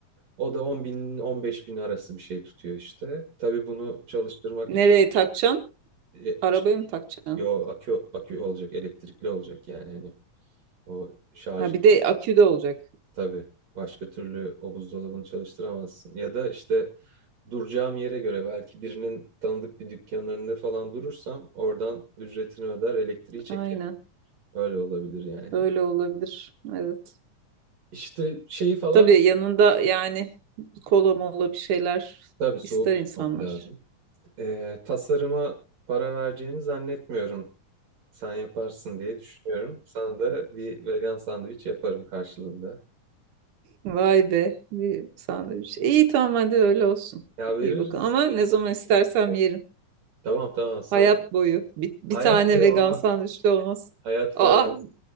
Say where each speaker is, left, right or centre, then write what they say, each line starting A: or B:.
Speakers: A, on the right; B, on the right.
A: O da 10 bin 15 bin arası bir şey tutuyor işte. Tabii bunu çalıştırmak
B: Nereye
A: için
B: takacaksın?
A: e,
B: Arabaya
A: şey,
B: mı takacaksın?
A: yo akü akü olacak, elektrikli olacak yani hani o şarjlı
B: Ha bir de akü de olacak.
A: tabii. Başka türlü o buzdolabını çalıştıramazsın. Ya da işte duracağım yere göre belki birinin tanıdık bir dükkanın önünde falan durursam oradan ücretini öder, elektriği çekerim.
B: Aynen.
A: Öyle olabilir yani.
B: Öyle olabilir. Evet.
A: İşte şey falan
B: Tabii yanında yani kola mola bir şeyler
A: tabii soğuk
B: ister
A: tutmak
B: insanlar.
A: lazım. Ee, tasarıma para vereceğimi zannetmiyorum. Sen yaparsın diye düşünüyorum. Sana da bir vegan sandviç yaparım karşılığında.
B: Vay be. Bir sandviç. İyi tamam hadi öyle olsun.
A: Ya veririz
B: İyi bakın. Ama
A: istiyorsan
B: ne zaman istersem
A: şimdi.
B: yerim.
A: Tamam tamam sana
B: Hayat boyu. Bir,
A: <laughs>
B: bir
A: hayat
B: tane
A: boyu
B: vegan
A: olmaz.
B: sandviçli olmaz.
A: Hayat
B: Aa
A: boyu olmaz.